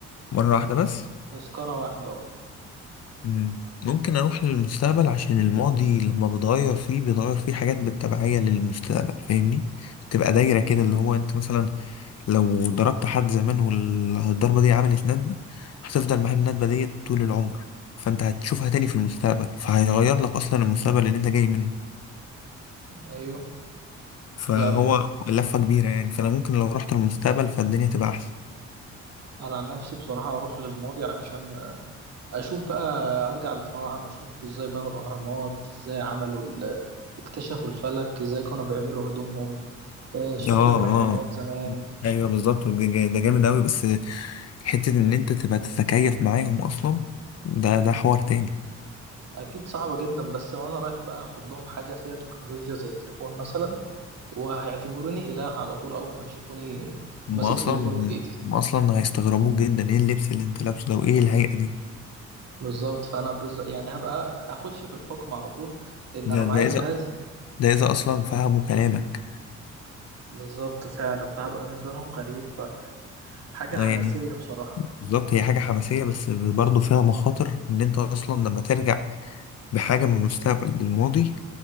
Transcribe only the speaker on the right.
تذكرة واحدة اه
ايوه
يعني
انا عن نفسي بصراحة اروح للماضي عشان اشوف بقى ارجع للفراعنة اشوف ازاي بنوا الاهرامات ازاي عملوا ال... اكتشفوا الفلك ازاي كانوا بيعملوا هدومهم آه، شكل
الاهرامات
زمان
اكيد صعبة جدا بس وانا رايح بقى اخد لهم حاجة فيها تكنولوجيا زي التليفون مثلا وهيعتبروني اله على طول اول ما يشوفوني
ماسك
تليفون في ايدي
بالظبط فانا بز... يعني هبقى هخش في الحكم على طول لان
انا معايا
جهاز
بالظبط فعلا فهبقى بالنسبه لهم غريب فحاجه
حماسيه
بصراحه